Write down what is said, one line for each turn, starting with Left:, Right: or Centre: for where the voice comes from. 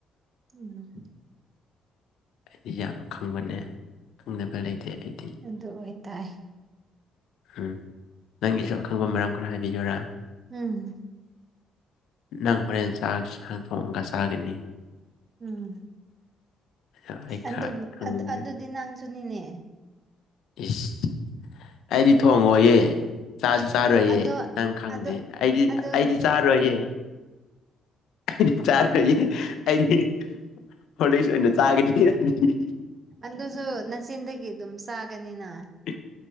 Right: ꯎꯝ
Left: ꯑꯩꯗꯤ ꯌꯥꯝ ꯈꯪꯕꯅꯦ ꯈꯪꯗꯕ ꯂꯩꯇꯦ ꯑꯩꯗꯤ
Right: ꯑꯗꯨ ꯑꯣꯏꯇꯥꯥꯏ
Left: ꯎꯝ ꯅꯪꯒꯤꯁꯨ ꯑꯈꯪꯕ ꯃꯔꯝ ꯈꯔ ꯍꯥꯏꯕꯤꯌꯨꯔꯥ
Right: ꯎꯝ
Left: ꯅꯪ ꯍꯣꯔꯦꯟ ꯆꯥꯛ ꯁꯥ ꯊꯣꯡꯉꯒ ꯆꯥꯒꯅꯤ
Right: ꯎꯝ
Left: ꯑꯗꯣ ꯑꯩ ꯈꯔ
Right: ꯑꯗꯨꯃꯨꯛ
Left: ꯈꯪꯒꯦ
Right: ꯑꯗꯨ ꯑꯗꯨꯗꯤ ꯅꯪꯁꯨꯨꯅꯤꯅꯦ
Left: ꯏꯁ ꯑꯩꯗꯤ ꯊꯣꯡꯉꯣꯏꯌꯦ ꯆꯥꯁꯨ ꯆꯥꯔꯣꯏꯌꯦ
Right: ꯑꯗꯣ
Left: ꯅꯪ ꯈꯪꯗꯦ
Right: ꯑꯗꯣ
Left: ꯑꯩꯗꯤ
Right: ꯑꯗꯨ
Left: ꯑꯩꯗꯤ ꯆꯥꯔꯣꯏꯌꯦ ꯑꯩꯗꯤ ꯆꯥꯔꯣꯏꯌꯦ ꯑꯩꯗꯤ ꯍꯣꯔꯂꯤꯛꯁ ꯑꯣꯏꯅ ꯆꯥꯒꯅꯤ
Right: ꯑꯗꯨꯁꯨ ꯅꯆꯤꯟꯗꯒꯤ ꯑꯗꯨꯝ ꯆꯥꯒꯅꯤꯅ
Left: ꯏ